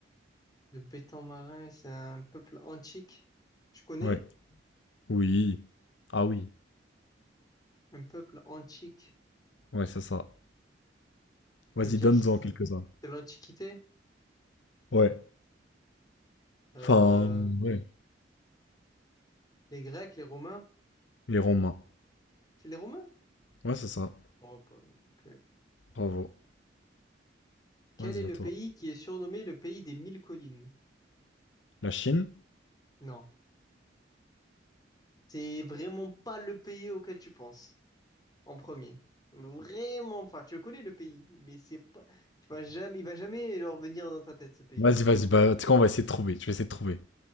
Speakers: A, on the left; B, on the left.
A: Le béton marin, c'est un peuple antique. Je connais
B: Ouais. Oui. Ah oui.
A: un peuple antique.
B: Ouais, c'est ça. Vas-y,
A: Ça veut dire
B: donne-en
A: s-
B: quelques-uns.
A: de l'Antiquité?
B: Ouais.
A: Euh,
B: Enfin, ouais.
A: les Grecs, les Romains?
B: Les Romains.
A: C'est les Romains?
B: Ouais, c'est ça.
A: Bon, pas- ok.
B: Bravo.
A: Quel
B: Vas-y,
A: est le
B: à toi.
A: pays qui est surnommé le pays des mille collines?
B: La Chine?
A: Non. C'est vraiment pas le pays auquel tu penses en premier. Vraiment pas. Tu le connais le pays, mais c'est pas. Tu vas jamais, il va jamais genre, venir dans ta tête ce pays.
B: Vas-y, vas-y. Bah, tu sais quoi, on va essayer de trouver. Je vais essayer de trouver.